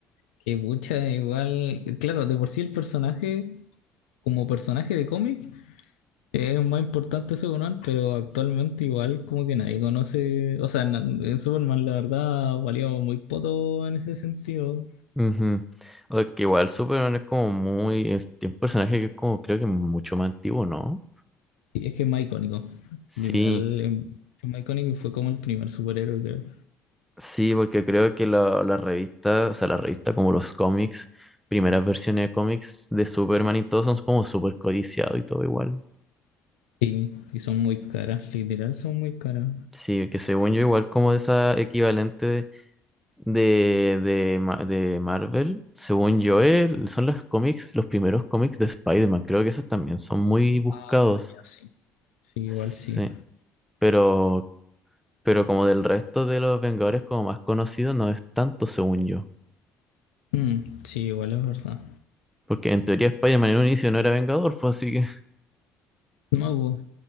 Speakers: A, on the left; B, in the centre.
A: que mucha igual. Claro, de por sí el personaje, como personaje de cómic, es más importante Superman, pero actualmente igual como que nadie conoce. O sea, na- en Superman la verdad valió muy poco en ese sentido.
B: ujú. O que igual Superman es como muy, es un personaje que es como, creo que mucho más antiguo, ¿no?
A: Y es que es más icónico.
B: Sí.
A: Literal, es es más icónico y fue como el primer superhéroe, creo.
B: Sí, porque creo que la, la revista, o sea, la revista como los cómics, primeras versiones de cómics de Superman y todo son como súper codiciados y todo igual.
A: Sí, y son muy caras, literal son muy caras.
B: Sí, que según yo igual como esa equivalente de, de, Ma- de Marvel, según yo el- son los cómics, los primeros cómics de Spider-Man, creo que esos también son muy buscados.
A: Ah, ya, sí. Sí,
B: Sí,
A: igual sí.
B: pero, pero como del resto de los Vengadores como más conocidos no es tanto según yo.
A: Mm, sí, igual es verdad.
B: Porque en teoría Spider-Man en un inicio no era Vengador, pues así
A: No hubo.